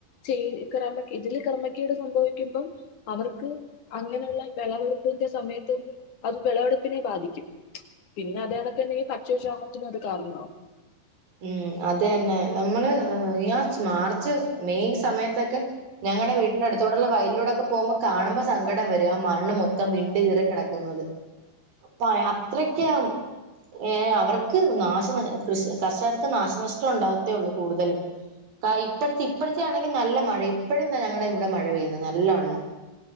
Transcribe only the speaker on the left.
ചെയ് ക്രമ ഇതില് ക്രമ ക്കേട് സംഭവിക്കുമ്പം അവർക്ക് അങ്ങനെയുള്ള വെളവെടുപ്പിന്റെ സമയത്തൊന്നും അത് വെളവെടുപ്പിനെ ബാധിക്കും പിന്നെ അതണക്കെണ്ടെങ്കിൽ ഭക്ഷ്യ ക്ഷാമത്തിനും അത് കാരണാവും
അതെ